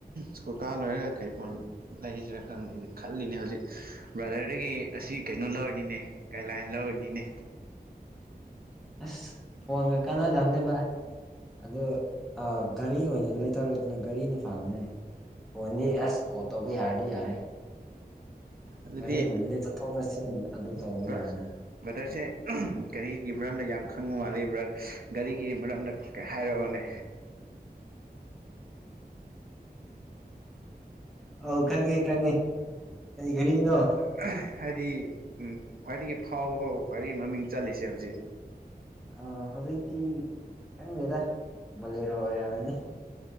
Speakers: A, on the right; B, in the centre.
A: ꯁ꯭ꯀꯨꯜ ꯀꯥ ꯂꯣꯏꯔꯒ ꯀꯔꯤ ꯐꯣꯟ ꯂꯩꯁꯤꯔꯥ ꯈꯪꯗꯦꯅꯦ ꯈꯜꯂꯤꯅꯦ ꯍꯧ ꯖꯤꯛ ꯕ꯭ꯔꯥꯗꯔꯗꯒꯤ ꯑꯁꯤ ꯀꯩꯅꯣ ꯂꯧꯔꯤꯅꯤꯅꯦ ꯒꯥꯏꯠꯂꯥꯏꯟ ꯂꯧꯔꯤꯅꯤꯅꯦ
B: ꯑꯁ ꯐꯣꯟꯒ ꯀꯥꯟꯅꯗꯕꯅꯤ ꯚꯥꯏ ꯑꯗꯣ ꯑ ꯒꯥꯔꯤ ꯑꯣꯏꯅ ꯂꯩꯊꯔꯣꯗꯅꯥ ꯒꯥꯔꯤꯅ ꯐꯕꯅꯦ ꯐꯣꯟꯗꯤ ꯑꯁ ꯀꯣꯜ ꯇꯧꯕ ꯌꯥꯔꯗꯤ ꯌꯥꯔꯦ
A: ꯑꯗꯨꯗꯤ
B: ꯒꯥꯔꯤꯒꯨꯝꯕꯗꯤ ꯆꯠꯊꯣꯛ ꯆꯠꯁꯤꯟ ꯑꯗꯨ ꯇꯧꯕ
A: ꯄꯨꯔꯥ
B: ꯌꯥꯏꯅ
A: ꯕ꯭ꯔꯗꯔꯁꯦ ꯒꯥꯔꯤꯒꯤ ꯃꯔꯝꯗ ꯌꯥꯝ ꯈꯪꯕ ꯃꯥꯜꯂꯤ ꯕ꯭ꯔ ꯒꯥꯔꯤꯒꯤ ꯃꯔꯝꯗ ꯍꯥꯏꯔꯛꯑꯣꯅꯦ
B: ꯑꯧ ꯈꯪꯉꯦ ꯈꯪꯉꯦ ꯀꯩ ꯒꯥꯔꯤꯅꯣ
A: ꯑꯥ ꯍꯥꯏꯗꯤ ꯈ꯭ꯋꯥꯏꯗꯒꯤ ꯐꯥꯎꯕꯒ ꯈ꯭ꯋꯥꯏꯗꯒꯤ ꯃꯃꯤꯡ ꯆꯠꯂꯤꯁꯤ ꯍꯧꯖꯤꯛ
B: ꯑ ꯍꯧꯖꯤꯛꯇꯤ ꯈꯪꯗꯦꯗ ꯕꯣꯂꯦꯔꯣ ꯑꯣꯏꯔꯝꯃꯅꯤ